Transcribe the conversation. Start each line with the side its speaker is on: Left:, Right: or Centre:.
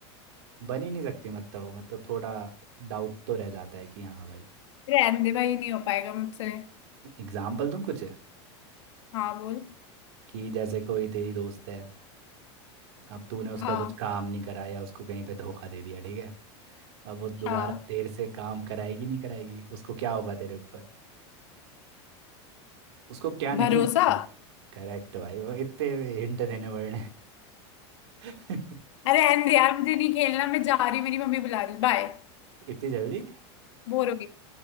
Right: बन ही नहीं सकती मतलब वो मतलब थोड़ा डाउट तो रह जाता है कि हाँ भाई
Left: रहने दे भाई नहीं हो पाएगा मुझसे
Right: एग्जाम्पल दूँ कुछ
Left: हाँ बोल
Right: कि जैसे कोई तेरी दोस्त है अब तूने उसका
Left: हाँ
Right: कुछ काम नहीं कराया उसको कहीं पे धोखा दे दिया ठीक है अब वो दोबारा
Left: हाँ
Right: तेरे से काम कराएगी नहीं कराएगी उसको क्या होगा तेरे ऊपर उसको क्या नहीं
Left: भरोसा
Right: आता करेक्ट भाई वो इतने हिंट देने पड़ने <laughs>
Left: अरे एंड यार मुझे नहीं खेलना मैं जा रही हूँ मेरी मम्मी बुला रही बाय
Right: इतनी जल्दी
Left: बोर हो गई